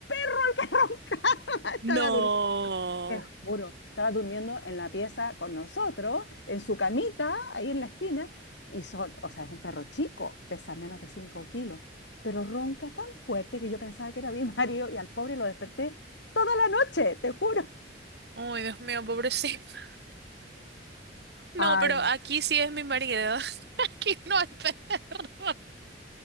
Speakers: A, on the left; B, on the right.
A: el que <laughs> roncaba, estaba
B: No.
A: durmiendo, te juro, estaba durmiendo en la pieza con nosotros, en su camita, ahí en la esquina, y son, o sea, es un perro chico, pesa menos de 5 kilos, pero ronca tan fuerte que yo pensaba que era mi <laughs> marido y al pobre lo desperté toda la noche, te juro.
B: Ay, Dios mío, pobrecito. No,
A: Ay,
B: pero aquí sí es mi marido. <laughs> Aquí no hay perro.